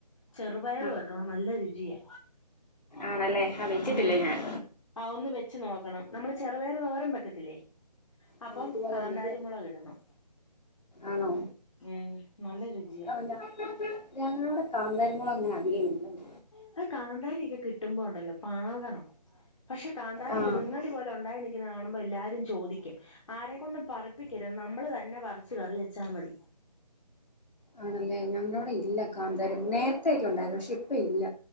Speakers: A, on the left; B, on the left.
A: ചെറുപയറ്
B: ആഹ്
A: വെക്കണം. നല്ല രുചിയാ,
B: ആണല്ലേ ആ വെച്ചിട്ടില്ല
A: ഉം ഉം
B: ഞാൻ
A: ആഹ്, ഒന്ന് വെച്ച് നോക്കണം. നമ്മള് ചെറുപയറ് തോരം വെക്കത്തി ല്ലേ, അപ്പം
B: ആഹ് അതുപോലെ
A: കാന്താരി
B: തന്നെയല്ലേ
A: മുളക് ഇടണം.
B: ആണോ
A: ഉം, നല്ല രുചിയ.
B: ആഹ് ഞ ഞങ്ങളവിടെ കാന്താരി മുളക് അങ്ങനെ അധികം ഇല്ല ന്ന്.
A: അത് കാന്താരി ഒക്കെ കിട്ടുമ്പോ ഉണ്ടല്ലോ പാകാണ്. പക്ഷെ കാന്താരി
B: ആഹ്
A: ഇറങ്ങലി പോലെ ഉണ്ടായി കാണുമ്പോ എല്ലാരും ചോദിക്കും ആരെക്കൊണ്ടും പറപ്പിക്കരുത് നമ്മള് തന്നെ പറിച്ചു കറി വെച്ചാ മതി.
B: ആണല്ലേ? ഞങ്ങളുടെ അവിടെ ഇല്ല കാന്തരി നേരത്തേക്കെ ഉണ്ടായിരുന്നു. പക്ഷെ ഇപ്പ ഇല്ല.